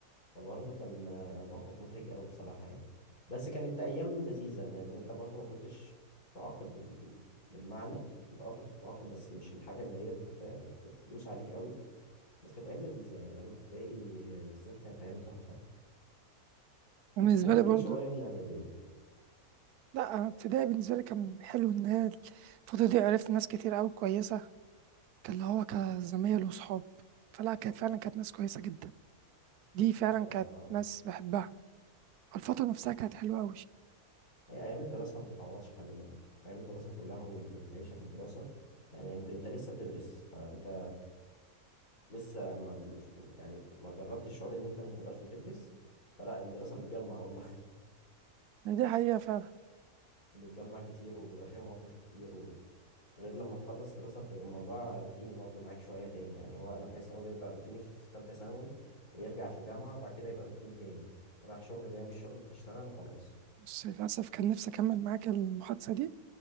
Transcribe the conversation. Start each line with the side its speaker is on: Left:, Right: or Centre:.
Left: فبرضه كان آه، موقف محرج قوي بصراحة يعني بس كانت أيام لذيذة إن إن أنت برضه ما كنتش بتتعاقب بال... بال... بالمعنى أنت أه كنت بتتعاقب بس مش الحاجة اللي هي بت... بتدوس عليك قوي بس كانت أيام لذيذة يعني أيام ابتدائي بالذات كانت أيام تحفة
Right: بالنسبة
Left: ممكن
Right: لي برضو
Left: شوية من إعدادية
Right: لا انا ابتدائي بالنسبه لي كان حلو ان هي الفتره دي عرفت ناس كتير قوي كويسه كان اللي هو كزمايل وصحاب فلا كانت فعلا كانت ناس كويسه جدا دي فعلا
Left: بصراحة
Right: كانت ناس بحبها الفتره نفسها كانت حلوه قوي
Left: هي أيام الدراسة ما بتتعوضش خلي بالك أيام الدراسة كلها وال- والعيشة في الدراسة يعني أنت أنت لسه بتدرس فأنت لسه ما مش- يعني ما جربتش الشعور إن أنت ما بتبقاش بتدرس فلا الدراسة بتجمع والله
Right: دي حقيقه فعلا
Left: بتجمع كتير وبيبقى فيها مواقف كتير و... غير لما تخلص دراسة بتبقى الموضوع روتيني برضو معاك شوية تاني يعني هو أنا بحس إن هو بيبقى روتيني في في تالتة ثانوي ويرجع في جامعة وبعد كده يبقى روتيني تاني رايح شغل جاي من الشغل بتشتغل وخلاص
Right: بس للاسف كان نفسي اكمل معاك المحادثه دي